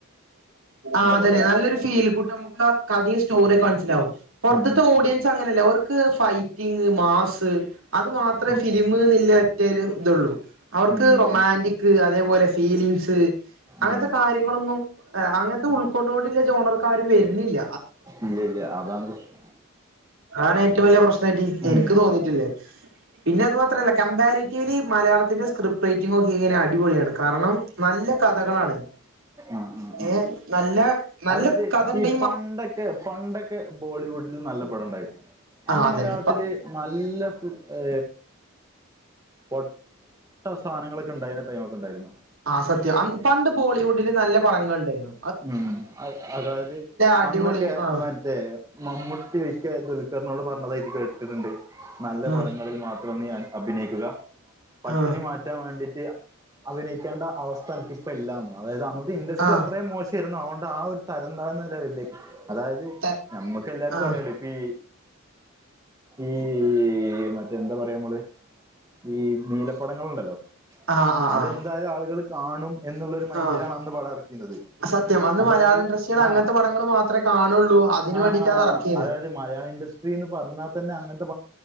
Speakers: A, on the right (about 65°); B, on the right (about 15°).
A: ആ അതെന്നെ
B: പടായിരുന്നു
A: നല്ലൊരു <unintelligible> കഥ സ്റ്റോറിക്കെ മനസ്സിലാവും പൊറത്ത്ത്തെ
B: ഉം
A: ഓടിയൻസ് അങ്ങനെല്ല ഓർ ക്ക് ഫൈറ്റിങ് മാസ് അത് മാത്രേ
B: ഉം
A: ഫിലിമ് ന്ന്ല്ലെ ഒറ്റൊരു ഇതൊള്ളൂ അവർക്ക്
B: ഉം
A: റൊമാന്റിക് അതേപോലെ ഫീലിങ്സ് അങ്ങൻത്തെ
B: ഉം
A: കാര്യങ്ങളൊന്നും എ അങ്ങൻത്തെ ഉൾക്കൊണ്ടോണ്ട്ല്ലെ ജോണർക്കാരും വെര്ന്നില്ല
B: ഇല്ല ഇല്ല അതാണ് പ്രശ്നം
A: ആണ് ഏറ്റവും വല്യ പ്രശ്നായിട്ട്
B: ഉം
A: ഇൻക്ക്
B: ഉം
A: തോന്നീട്ടില്ലത്
B: ഉം
A: പിന്നെ അത് മാത്രല്ല കമ്പാരിറ്റിവിലി മലയാത്തിന്റെ സ്ക്രിപ്റ്റ് റയ്റ്റിംങൊക്കെ ഇങ്ങനെ അടിപൊളിയാണ് കാരണം നല്ല കഥകളാണ്
B: ആഹ് ആഹ് ആഹ്
A: ഏ നല്ല നല്ല
B: അതായത്
A: കഥ ണ്ട്
B: ഈ പണ്ടൊക്കെ പണ്ടൊക്കെ ബോളിവുഡിൽ നല്ല പടം ണ്ടായി
A: ആ
B: അന്ന്
A: അതന്നെ
B: മലയാളത്തില്
A: പ
B: നല്ല ഫ ഏ പൊട്ട സാധനങ്ങളൊക്കെ ണ്ടായിരുന്ന ടൈമൊക്കെണ്ടായിരുന്നു
A: ആ സത്യം പണ്ട് ബോളിവുഡില് നല്ല പടങ്ങൾ ണ്ടേര്ന്നു
B: ഉം അതായത്
A: അടിപൊളി
B: അന്നൊക്കെ
A: ആ
B: മറ്റേ മമ്മൂട്ടി മിക്ക ദുൽക്കറിനോട് പറഞ്ഞതായിട്ട് കേട്ടിട്ടുണ്ട് നല്ല
A: ആ
B: പടങ്ങളിൽ മാത്രം നീ അഭിനയിക്ക പട്ടിണി
A: ആ
B: മാറ്റാൻ വാണ്ടിട്ട് അഭിനയിക്കേണ്ട അവസ്ഥ അനക്ക് പ്പല്ല അതായത് അന്ന് ഇൻഡസ്റ്റ്
A: ആ
B: അത്രയും മോശേരുന്നു അതോണ്ട് ആ ഒരു തരം താഴ്ന്ന ലെവലി അതായത്
A: ത
B: നമ്മക്കെല്ലാർക്കും
A: ആ
B: അറിയ ല്ലോ ഇപ്പീ ഈ മറ്റേ എന്താ പറയാ നമ്മള് ഈ നീലപ്പടങ്ങള്ണ്ടല്ലോ
A: ആ ആ
B: അതെന്തായാലും
A: ആ
B: ആളുകൾ കാണും എന്ന്ള്ളൊരു മൈൻഡിലാണ്
A: ആ
B: അന്ന് പടം എർക്കീന്നത്
A: സത്യം അന്ന്
B: അതായത്
A: മലയാളം ഇൻഡസ്ട്രിയിൽ
B: ആ
A: അങ്ങനത്തെ പടങ്ങൾ മാത്രമേ കാണുള്ളൂ അതിന്
B: ആ
A: വേണ്ടിട്ടാ
B: ആ ആ
A: അത് ഇറക്കിയത്
B: അതായത് മലയാളം ഇൻഡസ്ട്രിന്ന് പറഞ്ഞാൽ തന്നെ അങ്ങൻത്തെ